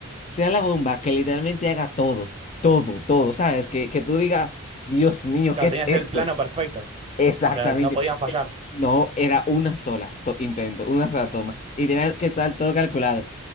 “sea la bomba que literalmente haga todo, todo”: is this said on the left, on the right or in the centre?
Left